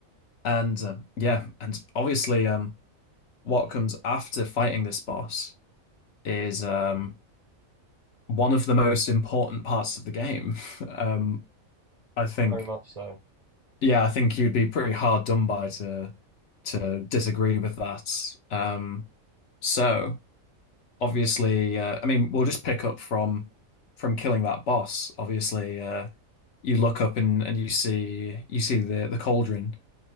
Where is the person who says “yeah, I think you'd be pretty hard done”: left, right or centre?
Left